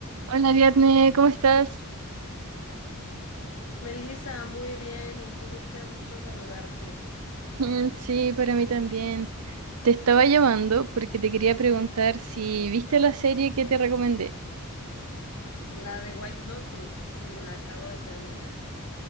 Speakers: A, on the right; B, on the left.
A: Hola Ariadne, ¿cómo estás?
B: Melissa, muy bien. ¿Y tú? Qué gusto saludarte.
A: Mm, Sí, para mí también. Te estaba llamando porque te quería preguntar si viste la serie que te recomendé.
B: La de White Lotus, sí, la acabo de terminar.